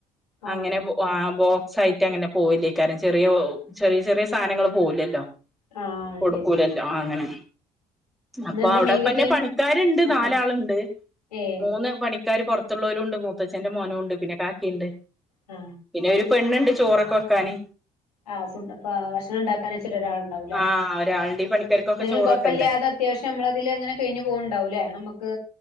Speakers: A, on the left; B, in the centre.
A: ആഹ്
B: അങ്ങനെ പോ ആ ബോക്സ് ആയിട്ട് അങ്ങനെ പോകല്ലേ കാര്യം ചെറിയ ചെറിയ ചെറിയ സാധനങ്ങൾ പോവല്ലില്ലല്ലോ
A: ആഹ്
B: കൊടുക്കൂല
A: ഇല്ല ഇല്ല
B: അല്ലേ ആ അങ്ങനെ അപ്പൊ
A: ഇന്നെന്ത്
B: അവിടെപ്പിന്നെ
A: മീൻ കിട്ടി
B: പണിക്കാരുണ്ട്
A: ആഹ്
B: നാലാളുണ്ട്
A: ഏഹ്
B: മൂന്ന് പണി ഇക്കാര് പുറത്തുള്ളവരുണ്ട് മൂത്തച്ഛന്റെ മോനുംഉണ്ട് പിന്നെ കാക്കയുണ്ട്
A: ഹ
B: പിന്നെ ഒരു പെണ്ണുണ്ട് ചോറൊക്കെ വെക്കാാന്
A: ആഹ് ഫുഡ് ഭക്ഷണം ഉണ്ടാക്കാൻ വെച്ചിര ഒരാൾഉണ്ടാവൂല്ലേ
B: ആഹ് ഒരാളുണ്ട് ഈ പണിക്കാർക്കൊക്കെ
A: എന്നാലും
B: ചോറ്
A: കൊഴപ്പില്ലാതെ
B: വെക്കണ്ടേ
A: അത്യാവശ്യം നമ്മള് അതില് അങ്ങനെ കഴിഞ്ഞു പോവണ്ടാവൂല്ലേ നമുക്ക്